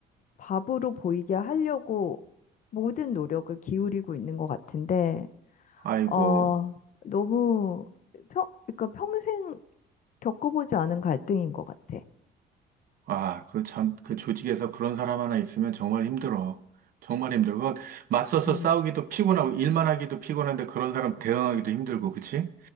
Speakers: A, on the left (about 45°); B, on the right (about 55°).
A: 밥으로 보이게 하려고 모든 노력을 기울이고 있는 것 같은데
B: 아이고.
A: 어, 너무 평, 그러니까 평생 겪어보지 않은 갈등인 것 같아.
B: 아, 그 참, 그 조직에서 그런 사람 하나 있으면 정말 힘들어. 정말 힘들어. 그거 맞서서
A: 음,
B: 싸우기도 피곤하고, 일만 하기도 피곤한데 그런 사람 대응하기도 힘들고, 그치?